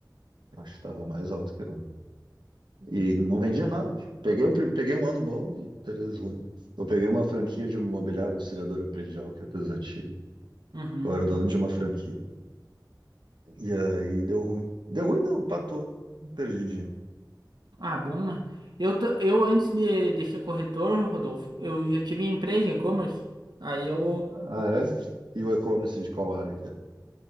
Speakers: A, on the right; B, on the right.
A: Eu acho que estava mais alto que eu. E não vendia nada. Peguei, o prim- peguei um ano bom e três ruim. Eu peguei uma franquia de imobiliária auxiliadora predial, que é das antigas.
B: Uhum.
A: Eu era dono de uma franquia. E aí deu ruim. Deu ruim não, patou. Perdi dinheiro.
B: Ah, bom, né? Eu, t- eu antes de, de ser corretor, Rodolfo, eu já tive empresa de e-commerce. Aí eu,
A: Ah, é? E o e-commerce de qual área que era?